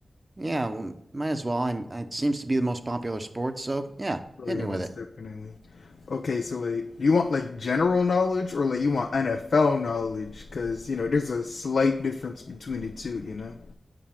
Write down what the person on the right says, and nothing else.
Yeah, well, might as well. I'm, it seems to be the most popular sport, so yeah,
hit
me with
it.